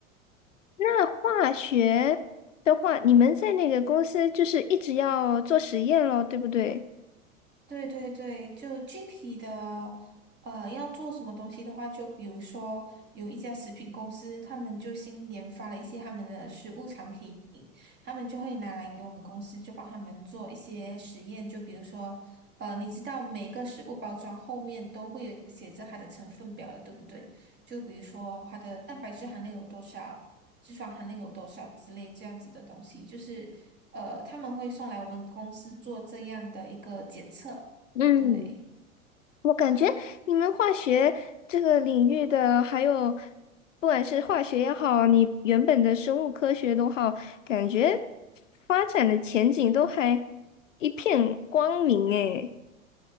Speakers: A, on the left (about 60°); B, on the right (about 25°).
A: 那化学的话，你们在那个公司就是一直要做实验咯，对不对？
B: 对对对，就具体的，呃，要做什么东西的话，就比如说有一家食品公司，他们就新研发了一些他们的食物产品，他们就会拿来给我们公司，就帮他们做一些实验，就比如说。呃，你知道每个食物包装后面都会有写着它的成分表的，对不对？就比如说它的蛋白质含量有多少，脂肪含量有多少之类这样子的东西，就是呃他们会送来我们公司做这样的一个检测，
A: 嗯，
B: 对。
A: 我感觉你们化学这个领域的，还有不管是化学也好，你原本的生物科学都好，感觉发展的前景都还一片光明诶。